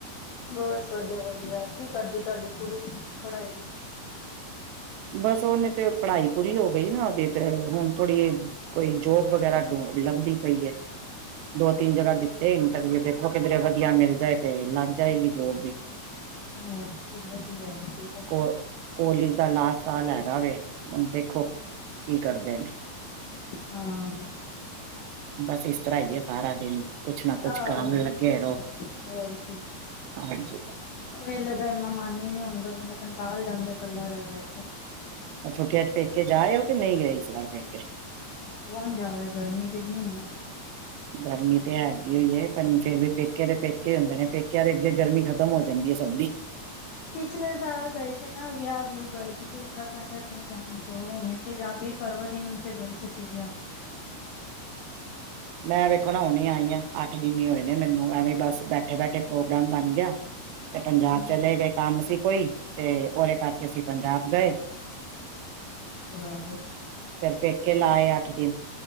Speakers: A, on the left (about 85°); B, on the right (about 85°).
A: ਬਸ ਵਦੀਆ-ਵਦੀਆ ਕੀ ਕਰਦੇ ਤੁਹਾਡੀ ਕੁੜੀ ਪੜਾਈ।
B: ਬਸ ਉਹਨੇ ਤੇ ਪੜ੍ਹਾਈ ਪੂਰੀ ਹੋ ਗਈ ਨਾ ਉਹਦੀ ਤੇ ਹੁਣ ਥੋੜੀ ਕੋਈ ਜੋਬ ਵਗੈਰਾ ਢੁੰਢ ਲੱਬਦੀ ਪਈ ਏ ਦੋ-ਤਿੰਨ ਜਗਾਂ ਦਿੱ ਤੇ ਇੰਟਰਵਿਊ ਦੇਖੋ ਕਿਧਰੇ ਵਦੀਆ ਮਿਲ ਜਾਏ ਤੇ ਲੱਗ ਜਾਏਗੀ ਜੋਬ ਵੀ।
A: ਹੋਰ ਕੀ ਵਧੀਆ ਵਧੀਆ
B: ਕਾਲਜ ਦਾ ਨਾ ਲੈਗਾ ਵਵੇ ਹੁਣ ਦੇਖੋ ਕੀ ਕਰਦੇ ਨੇ।
A: ਹਾਂ।
B: ਬਸ ਇਸ ਤਰ੍ਹਾਂ ਹੀ ਹੈ ਸਾਰਾ ਦਿਨ ਕੁਛ ਨਾ ਕੁਛ
A: ਆਹੋ
B: ਕੰਮ ਲੱਗੇ
A: ਕੁਝ
B: ਰਹੋ।
A: ਨੀ। ਹੋਰ ਕਿ
B: ਹਾਂਜੀ
A: ਵੇਲੇ ਬੈਨ ਦਾ ਇੰਨਾ ਮਨ ਹੀ ਨੀ ਹੁੱਦਾ ਬੰਦਾ ਕੰਟਾਲ ਜਾਂਦੇ ਕੱਲਾ ਰਹਿ ਰਹਿ ਕੇ।
B: ਛੁੱਟੀਆਂ ਚ ਫਿਰ ਪੇਕੇ ਜਾਏ ਹੋ ਕੇ ਨਹੀਂ ਗਏ ਇਸ ਵਾਰ ਫ
A: ਕੌਣ ਜਾਵੇ ਗਰਮੀ ਕਿੰਨੀ ਹੈ।
B: ਗਰਮੀ ਤੇ ਹੈਗੀ ਏ ਪਰ ਪੇਕੇ ਦੇ ਪੇਕੇ ਹੁੰਦੇ ਨੇ ਪੇਕਿਆਂ ਦੇ ਅੱਗੇ ਗਰਮੀ ਖਤਮ ਹੋ ਜਾਂਦੀ ਹੈ। ਸਬਦੀ
A: ਪਿਛਲੇ ਸਾਲ ਗਏ ਸੀ ਨਾ ਵਿਆਹ ਵਿਊਹ ਗਏ ਸੀ ਤੇ ਇਸ ਸ ਮੈਂ ਕਿਹਾ ਨਹੀਂ ਜਾਣਾ ਚੋੜੋ ਹੁਣੇ ਤੇ ਜਾ ਕੇ ਫਰਵਰੀ ਨੂੰ ਤੇ ਗਏ ਸ ਵਿਆਹ
B: ਮੈਂ ਵੇਖੋ ਨਾ ਹੁਣੀ ਆਈ ਆ ਅੱਠ ਦਿਨ ਹੀ ਹੋਏ ਨੇ ਮੈਨੂੰ ਐਵੇਂ ਬਸ ਬੈਠੇ ਬੈਠੇ ਪ੍ਰੋਗਰਾਮ ਬਣ ਗਿਆ। ਤੇ ਪੰਜਾਬ
A: ਹਾਂ।
B: ਚਲੇ ਗਏ ਕੰਮ ਸੀ ਕੋਈ ਤੇ ਉਹਦੇ ਕਰਕੇ ਅਸੀਂ ਪੰਜਾਬ ਗਏ
A: ਖਰਾਬ ਹੈ।
B: ਫਿਰ ਪੇਕੇ ਲਾਏ ਅੱਠ ਦਿਨ